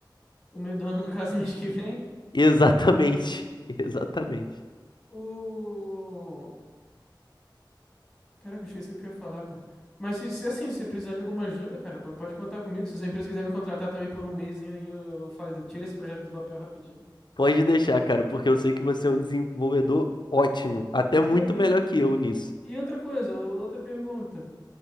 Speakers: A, in the centre; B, on the left.
A: O meio do ano, <laughs> no caso, mês que vem.
B: Exatamente, <laughs> exatamente.
A: O... Caraca, eu esqueci o que eu ia falar, cara. Mas se, se, assim, se precisar de alguma ajuda, cara, po- pode contar comigo. Se a sua empresa quiser me contratar também por um mesinho aí, eu, eu, faço- eu tiro esse projeto do papel rapidinho.
B: Pode deixar, cara, porque eu sei que você é um desenvolvedor ótimo, até muito
A: E, eu- e,
B: melhor que eu nisso.
A: e outra coisa, outra pergunta.